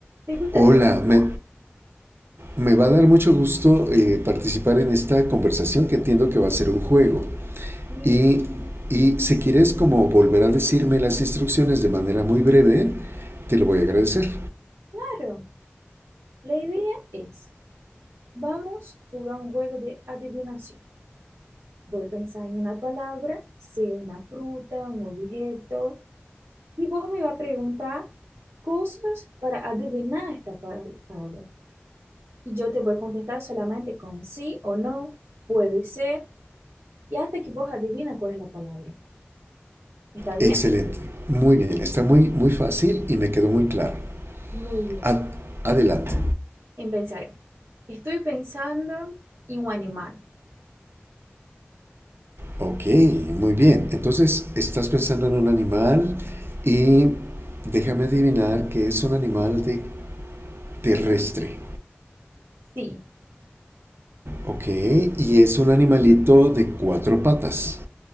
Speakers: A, on the right; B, on the right.
A: ¿Te gustaría
B: Hola,
A: jugar?
B: me, me va a dar mucho gusto eh, participar en esta conversación que entiendo que va a ser un juego.
A: Sí,
B: Y, y si quieres como volver a decirme las instrucciones de manera muy breve, te lo voy a agradecer.
A: claro. La idea es, vamos a jugar un juego de adivinación. Voy a pensar en una palabra, sea una fruta, un objeto, y vos me vas a preguntar cosas para adivinar esta palabra. Y yo te voy a contestar solamente con sí o no, puede ser, y hasta que vos adivina cuál es la palabra. ¿Está bien?
B: Excelente, muy bien, está muy, muy fácil y me quedó muy claro.
A: Muy bien.
B: Ad- adelante.
A: Empezaré. Estoy pensando en un animal.
B: Ok, muy bien. Entonces, estás pensando en un animal y déjame adivinar que es un animal de terrestre.
A: Sí.
B: Ok, y es un animalito de cuatro patas.